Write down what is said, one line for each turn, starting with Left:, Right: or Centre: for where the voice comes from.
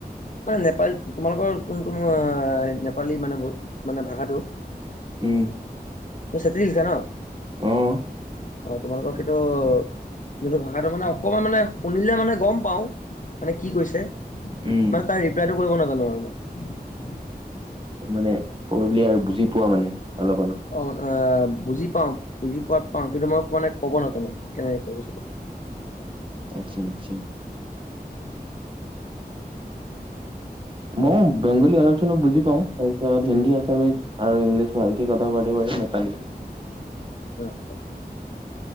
Left: মানে নেপালী তোমালোকৰ কোনটো নেপালী মানে মানে ভাষাটো
Right: উম
Left: তুমি চেত্ৰী লিখা ন
Right: অহ
Left: অ তোমালোকৰ কিন্তু যোনটো ভাষাটো মানে অকণমান মানে শুনিলে মানে গম পাওঁ মানে কি কৈছে মানে
Right: উম
Left: তাৰ ৰিপ্লাইটো কৰিব নালাগে জানো আৰু মই
Right: মানে কৈ দিলে বুজি পোৱা মানে অলপ অলপ
Left: অন এ বুজি পাওঁ বুজি পোৱাত পাওঁ কিন্তু মই মানে ক'ব নাজানো কেনেকে কয় বস্তুটো
Right: আচ্ছা আচ্ছা মই বেংগলী অলপ <unintelligible> বুজি পাওঁ তাৰ পিছত হিন্দী আছামিছ আৰু ইংলিছ ভালকে কথা পাতিব পাৰি নেপালী
Left: অ